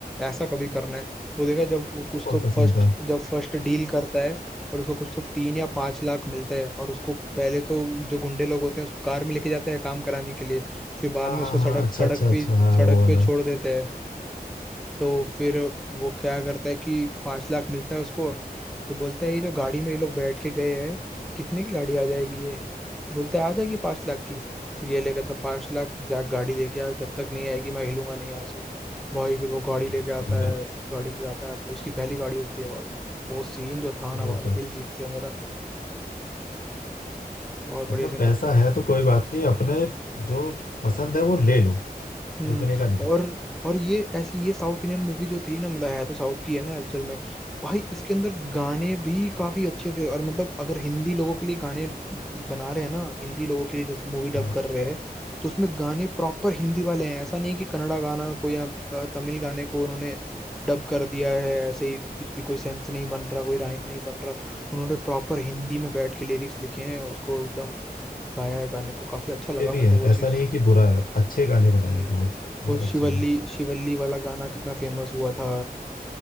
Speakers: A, in the centre; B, on the left (about 60°).
A: ऐसा कभी करना है वो देखा जब वो कुछ
B: वो कौन
A: तो
B: सा
A: फर्स्ट
B: सीन था
A: जब फर्स्ट डील करता है और उसको कुछ तो तीन या पांच लाख मिलते हैं और उसको पहले तो जो गुंडे लोग होते हैं उसको कार में लेके जाते हैं काम कराने के लिए फिर बाद
B: हाँ
A: में
B: हाँ
A: उसको सड़क
B: हाँ अच्छा
A: सड़क
B: अच्छा अच्छा
A: पे
B: हाँ
A: सड़क
B: वो वाला
A: पे छोड़ देते हैं तो फिर वो क्या करता है कि पाँच लाख मिलता है उसको तो बोलता है ये जो गाड़ी में ये लोग बैठ के गए हैं कितने की गाड़ी आ जाएगी ये बोलते हैं आ जाएगी पाँच लाख की तो ये लेकर था पाँच लाख जा गाड़ी लेके आ जब तक नहीं आएगी मैं हिलूंगा नहीं यहाँ से भाई फिर वो गाड़ी
B: हाँ,
A: लेके आता
B: वही वाला
A: है गाड़ी में जाता है उसकी पहली गाड़ी होती है भाई वो सीन जो था
B: वही
A: ना भाई
B: तो
A: दिल जीत लिया मेरा बहुत बढ़िया
B: मतलब
A: सीन
B: पैसा
A: था
B: है तो कोई बात नहीं अपने जो पसंद है वो ले लो
A: हम्म
B: रुकने का नहीं
A: और और ये ऐसी ये साउथ इंडियन मूवी जो थी ना मतलब है तो साउथ की है ना एक्चुअल में भाई इसके अंदर गाने भी काफी अच्छे थे और मतलब अगर हिंदी लोगों के लिए गाने बना रहे हैं ना हिंदी लोगों के लिए जैसे मूवी डब
B: हाँ
A: कर रहे हैं तो उसमें गाने प्रॉपर हिंदी वाले हैं ऐसा नहीं है कि कन्नड़ा गाना को या त- तमिल गाने को उन्होंने डब कर दिया है ऐसे ही कुछ भी कोई सेंस नहीं बन रहा कोई राइम नहीं बन रहा उन्होंने प्रॉपर हिंदी में बैठ के लिरिक्स लिखे हैं उसको एकदम गाया है गाने को काफी अच्छा लगा
B: ये भी
A: मेरे
B: है
A: को वो
B: ऐसा
A: चीज
B: नहीं कि बुरा है अच्छे गाने बनाए
A: हम्म
B: बहुत बहुत
A: वो शिवल्ली
B: अच्छे हैं
A: शिवल्ली वाला गाना कितना फेमस हुआ था